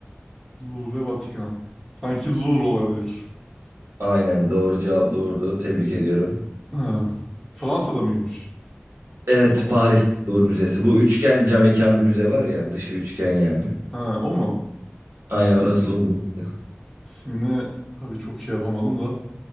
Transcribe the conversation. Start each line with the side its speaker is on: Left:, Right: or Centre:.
Centre: Louvre ve Vatikan. Sanki Louvre olabilir.
Right: Aynen doğru cevap Louvre'du. Tebrik ediyorum.
Centre: Ha, Fransa'da mıymış?
Right: Evet
Centre: O zaman.
Right: Paris Louvre Müzesi. Bu üçgen cam mekan müze var ya dışı üçgen yani.
Centre: Ha, o mu?
Right: Aynen
Centre: İsmin,
Right: orası Louvre Müzesi.
Centre: ismini tabii çok şey yapamadım da.